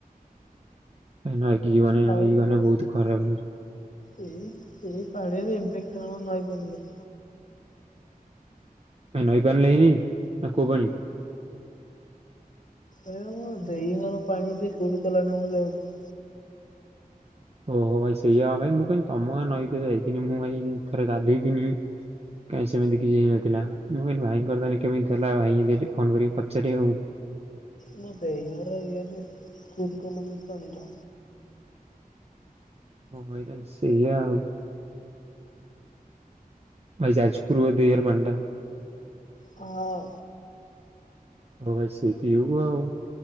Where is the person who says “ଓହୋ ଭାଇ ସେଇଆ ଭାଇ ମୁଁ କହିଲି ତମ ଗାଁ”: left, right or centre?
Right